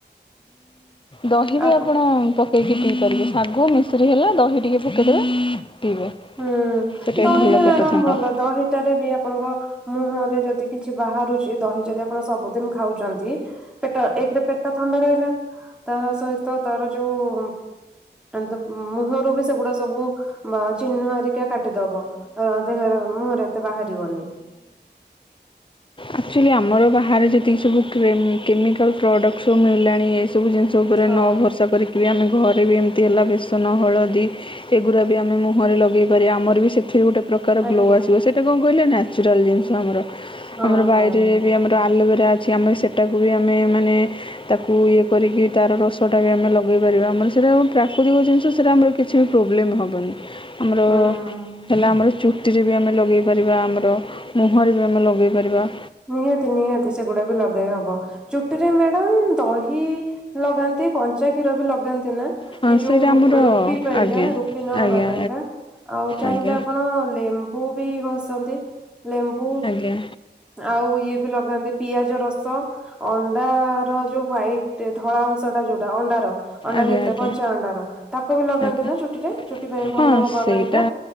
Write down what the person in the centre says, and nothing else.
ଆପ
ହୁଁ
ଦହିି
ବାଇଗଣମ
ଭଲ ଦହିଟାରେ ବି ଆ ଆପଣଙ୍କ ମୁହଁରେ ଯଦି କିଛି ବାହାରୁଛି ଦହି ଯଦି ଆପଣ ସବୁଦିନ ଖାଉଚନ୍ତି ପେଟ ଏକରେ ପେଟ ଥଣ୍ଡା ରହିଲା। ତାହା ସହିତ ତାର ଯୋଉ ଦ ମୁହଁରୁ ବି ସେଗୁଡା ସବୁ ଅ ଚିହ୍ନ ହେରିକା କାଟିଦବ ଅଁ ଦେହର ମୁହଁରେ ଏତେ ବାହାରିବନି।
ହଁ
ଆଜ୍ଞା
ହଁ
ହଁ
ହୁଁ
ନିହାତି ନିହାତି ସେଗୁଡା ବି ଲଗେଇ ହବ। ଚୁଟିରେ ମ୍ୟାଡାମ ଦହି ଲଗାନ୍ତି କଞ୍ଚା କ୍ଷୀର ବି ଲଗାନ୍ତି ନା?
ଏଇ ଯୋଉ
ରୁ
ରୁପି ପାଇଁକା
ରୁପି ନ
ହବା ପାଇଁକା। ଆଉ ଚାହିଁଲେ
ଆପଣ ଲେମ୍ବୁ ବି ଘଷନ୍ତି ଲେମ୍ବୁ
ଆଉ ଇଏ ବି ଲଗାନ୍ତି ପିଆଜ ରସ। ଅଣ୍ଡା ର ଯୋଉ ହାଇଟ ଧଳା ଅଂଶ ଟା ଯୋଉଟା ଅଣ୍ଡାର। ଅଣ୍ଡା
ଭିତରେ
କଞ୍ଚା ଅଣ୍ଡାର ତାକୁ ବି ଲଗାନ୍ତି
ନା ଚୁଟିରେ ଚୁଟି ପାଇଁ ଭଲ
ହବା
ପାଇଁକା।